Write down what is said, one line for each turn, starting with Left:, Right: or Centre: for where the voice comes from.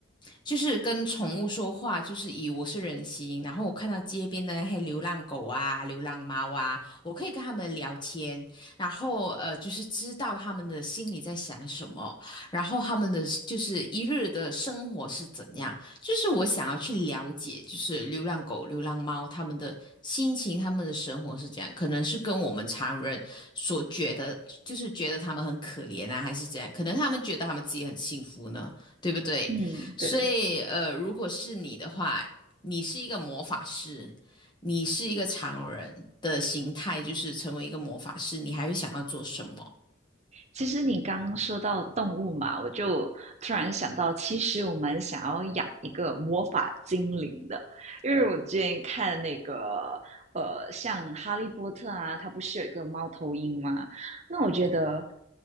Left: 就是跟宠物说话，就是以我是人形，然后我看到街边的那些流浪狗啊、流浪猫啊，我可以跟他们聊天，然后呃，就是知道他们的心里在想什么，然后他们的就是一日的生活是怎样，就是我想要去了解，就是流浪狗、流浪猫他们的心情、他们的生活是怎样，可能是跟我们常人所觉得，就是觉得他们很可怜啊，还是怎样，可能他们觉得他们自己很幸福呢，对不对？
Right: 嗯，
Left: 所以，
Right: 对。
Left: 呃，如果是你的话，你是一个魔法师，你是一个常人的形态，就是成为一个魔法师，你还会想要做什么？
Right: 其实你刚刚说到动物嘛，我就突然想到，其实我们想要养一个魔法精灵的，因为我之前看那个呃，像《哈利波特》啊，它不是有一个猫头鹰吗？那我觉得